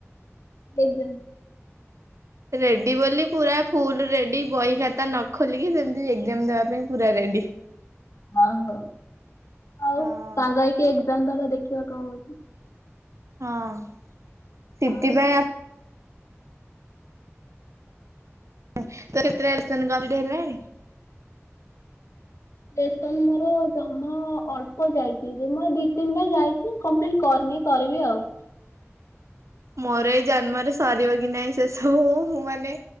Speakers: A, on the left; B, on the right.
A: ଏକଜାମ।
B: ରେଡି ବୋଲି ପୁରା ଫୁଲ ରେଡି ବହି ଖାତା ନ ଖୋଲିକି ସେମିତି ଏକ୍ଜାମ ଦେବା ପାଇଁ ପୁରା ରେଡି।
A: ଓହୋ ଆଉ
B: ହଁ
A: ସାଙ୍ଗ ହେଇକି ଏକ୍ଜାମ ଦବା ଦେଖିବା କଣ ହଉଛି।
B: ହଁ ଶିଟି
A: ଆଉ
B: ପାଇଁ ଆ ତୋର କେତେଟା ଲେସନ କମ୍ପ୍ଲିଟି ହେଲାଣି?
A: ଲେସନ ମୋର ଜମା ଅଳ୍ପ ଯାଇଛି ଜମା ଦି ତିନିଟା ଯାଇଛି କମ୍ପ୍ଲିଟି କରିନି କରିବି ଆଉ।
B: ମୋର ଏଇ ଜନ୍ମରେ ସରିବ କି ନାହିଁ ସେସବୁ ମୁଁ ମାନେ